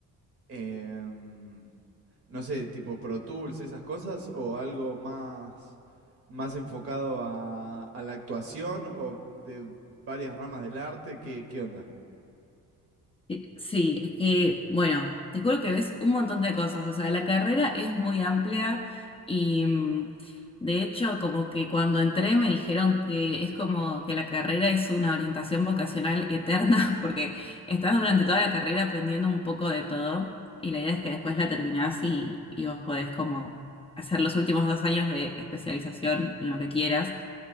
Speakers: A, on the right (about 40°); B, on the left (about 15°).
A: em, no sé, tipo Pro Tools, esas cosas, o algo más, más enfocado a, a la actuación o de varias ramas del arte? ¿Qué, qué onda?
B: Sí, sí, es que, bueno, te juro que ves un montón de cosas, o sea, la carrera es muy amplia y mm, de hecho como que cuando entré me dijeron que es como que la carrera es una orientación vocacional eterna <laughs> porque estás durante toda la carrera aprendiendo un poco de todo y la idea es que después la terminás y, y vos podés como hacer los últimos dos años de especialización en lo que quieras.